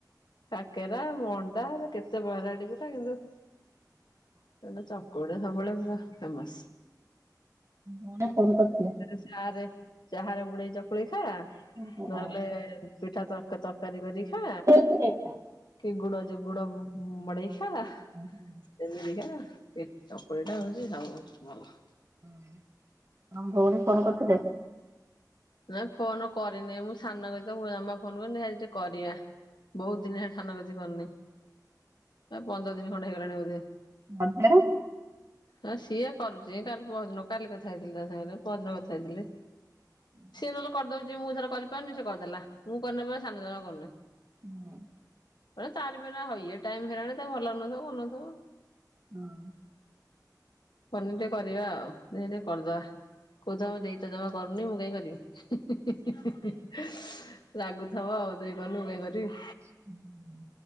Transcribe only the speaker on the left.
କାକେରା ମଣ୍ଡା କେତେ ପ୍ରକାର ପିଟା କିନ୍ତୁ
ଏଟା ଚକୁଳି ସବୁବେଳେ ପୁରା ଫେମସ୍।
ସାରେ ଚାହାରେ ବୁଡେଇ ଚକୁଳି ଖା
ନହେଲେ ପିଠା ତରକା ତର୍କ କରି କରି ଖା
କି ଗୁଡ ଯ ଗୁଡ ମଡେଇ ଖା।
ସେମିତିକା ଚକୁଳି ଟା ହଉଛି ସବୁ ଭଲ।
ନାଇଁ ଫୋନ କରିନି ମୁଁ ସାନ ଗତିକୁ ଜମା ଫୋନ କରି ଆଜି ଟିକେ କରିବା। ବହୁତ ଦିନ ହେଲାଣି ସାନ ଗତି କରିନି ପନ୍ଦର ଦିନ ଖଣ୍ଡେ ହେଇଗଲାଣି ବୋଧେ।
ହଁ ସିଏ କରୁଛି କାଲି ପରଦିନ କାଲି କଥା ହେଇଥିଲି ତା ସାଙ୍ଗରେ ପରଦିନ କଥା ହେଇଥିଲେ।
ସେ ନହଲେ କରିଦଉଛି ମୁଁ ଥର କରିପାରୁନି ସେ କରିଦେଲା ମୁଁ କରିନବ ସାନ ଜମା କରିୁନି।
ତାରି ବି ଏଇନା ହଇ ଟାଇମ୍ ହେଲାଣି ତ ଭଲଲାଗୁ ନଥିବା କରୁନଥିବ।
ପନିରି ଟେ କରିବା ଆଉ ଦେଖିଆ ଟିକେ କରଦବା କୋହୁଚି ଆମ ଦେଇତ ଜମା କରୁନି ମୁଁ କାଇ କରିବି ହିଁ ହିଁ ହିଁ ହିଁ ରାଗୁ ଥିବ ଆଉ ଦେଇ କରନି ମୁଁ କାଇ କରିବି।